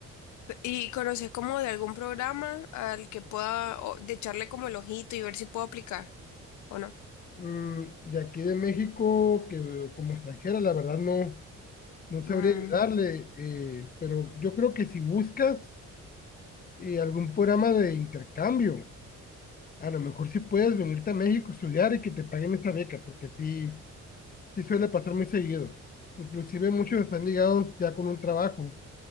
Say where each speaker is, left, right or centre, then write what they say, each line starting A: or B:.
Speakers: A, on the left; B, on the left.
A: ¿y conoces como de algún programa al que pueda o, de echarle como el ojito y ver si puedo aplicar o no?
B: Mm, de aquí de México, que eh, como extranjera, la verdad no, no sabría
A: Mm,
B: ayudarle, eh, pero yo creo que si buscas eh, algún programa de intercambio, A lo mejor sí puedes venirte a México estudiar y que te paguen esa beca, porque sí, sí suele pasar muy seguido. Inclusive muchos están ligados ya con un trabajo,